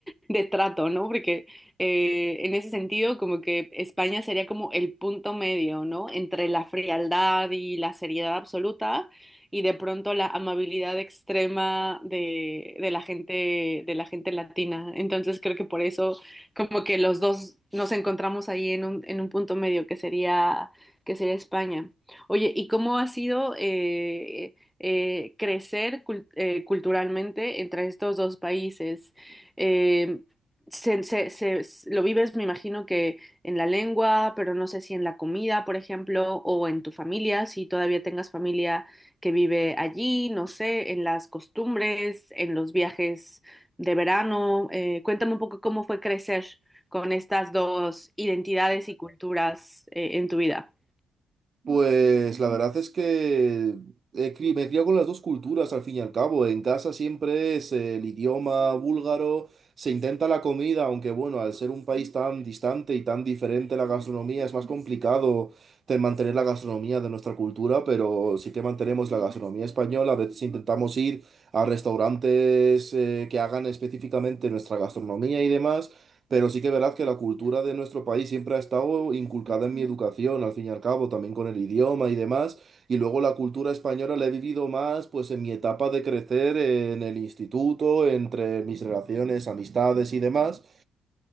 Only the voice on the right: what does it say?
Pues la verdad es que he cri- me he criado con las dos culturas al fin y al cabo. En casa siempre es el idioma búlgaro, se intenta la comida, aunque bueno, al ser un país tan distante y tan diferente la gastronomía, es más complicado de mantener la gastronomía de nuestra cultura, pero sí que mantenemos la gastronomía española. A veces intentamos ir a restaurantes eh, que hagan específicamente nuestra gastronomía y demás. Pero sí que verás que la cultura de nuestro país siempre ha estado inculcada en mi educación, al fin y al cabo, también con el idioma y demás. Y luego la cultura española la he vivido más, pues en mi etapa de crecer en el instituto, entre mis relaciones, amistades y demás.